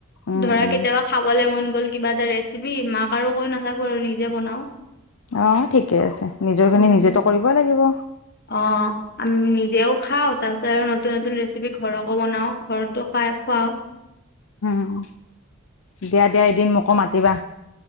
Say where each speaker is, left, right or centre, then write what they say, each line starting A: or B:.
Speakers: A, on the left (about 70°); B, on the left (about 50°).
A: উম
B: ধৰা,
A: উম
B: কেতিয়াবা খাবলে মন গ গ'ল, কিবা এটা ৰেচিপি। মাক আৰু কৈ নাথাকো আৰু। নিজে বনাওঁ।
A: আহ ঠিকে আছে। নিজৰ খিনি
B: উম
A: নিজেতো
B: উম
A: কৰিবই লাগিব।
B: অ আমি নিজেও খাওঁ। তাৰ পিছত আৰু নতুন- নতুন ৰেচিপি ঘৰকো বনাওঁ। ঘৰতো খাই- খুৱাও।
A: উম। দিয়া। দিয়া। এদিন মোকো মাতিবা।